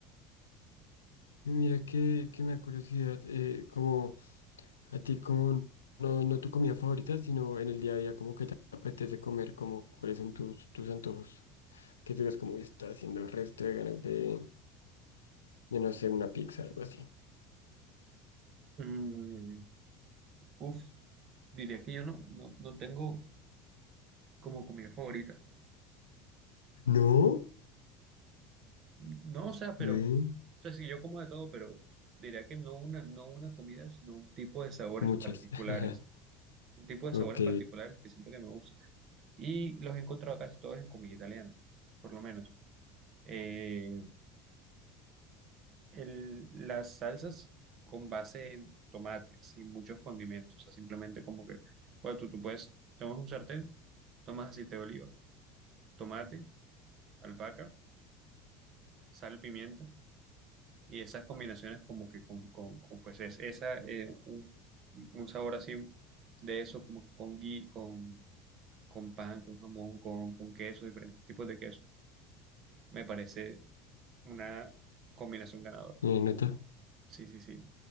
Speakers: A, on the left; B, on the right.
A: Mira que, que me da curiosidad, eh, como a ti, como no, no tu comida favorita, sino en el día a día, como que te apetece comer, como cuáles son tus, tus antojos, que tú ves como está haciendo el resto de ganas de, de no sé, una pizza, algo así.
B: Mm, uf, diría que yo no, no, no tengo como comida favorita.
A: No,
B: No, o sea, pero,
A: ve,
B: o sea, sí, yo como de todo, pero diría que no una, no una comida, sino un tipo de sabores
A: muchas.
B: particulares.
A: <laughs>
B: un tipo de
A: Ok,
B: sabores particulares que siento que me gustan. Y los he encontrado casi todos en comida italiana, por lo menos. Eh, el- las salsas con base en tomate, sin muchos condimentos, o sea, simplemente como que, pues tú, tú puedes, tomas un sartén, tomas aceite de oliva, tomate, albahaca, sal, pimienta, y esas combinaciones como que con, con, con, pues es, esa, eh, un, un sabor así de eso, como que con gui, con, con pan, con jamón, con, con queso, diferentes tipos de queso me parece una combinación ganadora.
A: ¿una nota?
B: Sí, sí, sí.